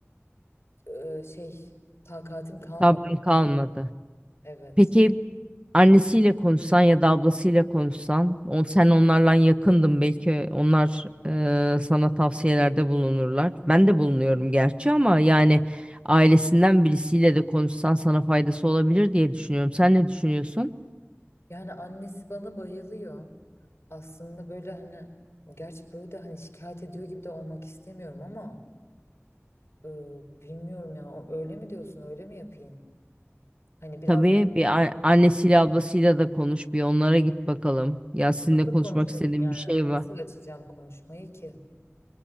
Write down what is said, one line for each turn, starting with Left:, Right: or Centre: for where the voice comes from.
Left: e, şey takatim kalmadı
Right: Sabrın kalmadı.
Left: yani. Evet.
Right: Peki annesiyle konuşsan ya da ablasıyla konuşsan, on, sen onlarla yakındın belki onlar e, sana tavsiyelerde bulunurlar. Ben de bulunuyorum gerçi ama yani ailesinden birisiyle de konuşsan sana faydası olabilir diye düşünüyorum. Sen ne düşünüyorsun?
Left: Yani annesi bana bayılıyor. Aslında böyle hani gerçi böyle de hani şikayet ediyor gibi de olmak istemiyorum ama e, bilmiyorum ya öyle mi diyorsun öyle mi yapayım? Hani biraz
Right: Tabii bir a- annesiyle ablasıyla da konuş bir onlara git bakalım. Ya sizinle
Left: Nasıl
Right: konuşmak
Left: konuşabilir?
Right: istediğim
Left: Yani
Right: bir şey
Left: nasıl
Right: var.
Left: açacağım konuşmayı ki?